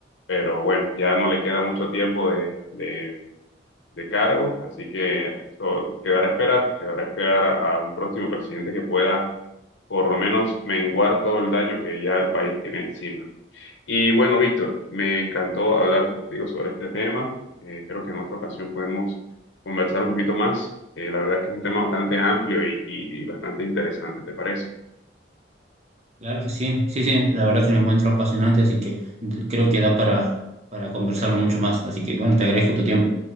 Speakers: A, on the left (about 80°); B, on the right (about 35°).
A: pero bueno, ya no le queda mucho tiempo de, de- de cargo, así que to- quedará a esperar, quedará a esperar a, a un próximo presidente que pueda por lo menos menguar todo el daño que ya el país tiene encima. Y bueno, Víctor, me encantó hablar contigo sobre este tema. Eh, creo que en otra ocasión podemos conversar un poquito más. Eh, la verdad es que es un tema bastante amplio y, y y bastante interesante, ¿te parece?
B: claro que sí, sí, sí, la verdad que lo encuentro apasionante, así que d- creo que da para, para conversarlo mucho más. Así que bueno, te agradezco tu tiempo.